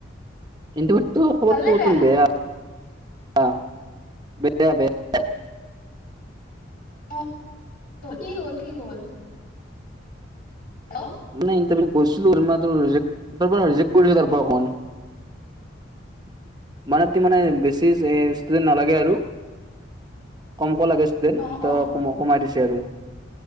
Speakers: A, on the right; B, on the left.
A: ইণ্টাৰভিউটো খবৰটো
B: ভাল নে
A: টোন বেয়া আ। বেয়া-বেয়া।
B: অঁ, কি হ'ল- কি হ'ল। হেল্ল'
A: নাই ইণ্টাৰভিউ গৈছিলোঁ যেনিবা তোৰ ৰিজেক্ত, তাৰ পৰা ৰিজেক্ট কৰিলে তাৰ পৰা <unintelligible> মানে কি মানে বেছি ষ্টুডেন্ট নালাগে আৰু, কম ক লাগে ষ্টুডেন্ট,
B: অ
A: এইটো
B: অ
A: কমাই দিছে আৰু।